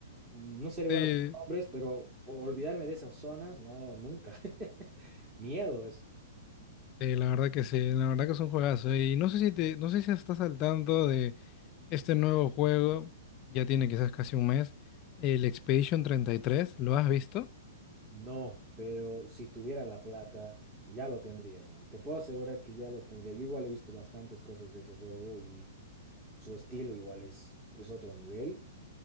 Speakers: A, on the right (about 25°); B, on the left (about 35°).
A: no seré bueno
B: Sí,
A: con hombres, pero olvidarme de esas zonas, no, nunca. <laughs> Miedo eso.
B: sí, la verdad que sí, la verdad que es un juegazo. Y no sé si te, no sé si estás al tanto de este nuevo juego, ya tiene quizás casi un mes, el Expedition treinta y tres ¿lo has visto?
A: No, pero si tuviera la plata, ya lo tendría, ¿no? Te puedo asegurar que ya lo tendría. Yo igual he visto bastantes cosas de ese juego y su estilo igual es, es otro nivel.